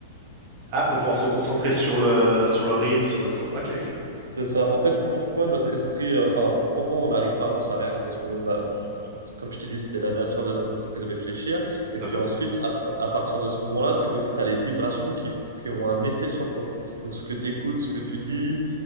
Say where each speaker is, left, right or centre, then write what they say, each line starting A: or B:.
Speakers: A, on the right; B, on the right.
A: Ah, pour pouvoir se concentrer sur le, sur le rythme, sur le son. Ok, ok,
B: C'est ça. En fait, pourquoi notre esprit, euh, enfin, pourquoi on n'arrive pas à penser à rien, c'est parce qu'on a, on- comme je t'ai dit, c'était la nature de notre esprit de réfléchir. Et
A: tout
B: puis
A: à fait.
B: ensuite, à, à partir de ce moment-là, c'est qu'aussi, tu as les vibrations qui, f- qui ont un effet sur toi. Donc, ce que tu écoutes, ce que tu dis,